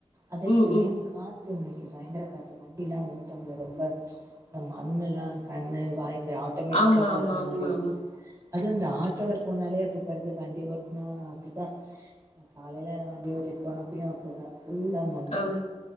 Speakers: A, on the right; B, on the left.
A: அதே
B: ம்
A: சமயம்
B: ம்
A: காத் து இன்னைக்கு பயங்கர காத்து வண்டி எல்லா ஓட்ட முடில ரொம்ப இந்த மண்ணுலா கண்ணு வாய்க் ஆட்டோமேட்டிக்கா
B: ஆமா
A: போற
B: ஆமா
A: மாரி
B: ஆமா ஆமா
A: அது இந்த ஆட்டோல போனாலே அப்படிப்படுது வண்டி ஓட் நா அப்டிதா காலையில வண்டி ஓட்டிட்டு போனப்பயு அப்டிதா ஃபுல்லா மண்ணு
B: ஆமா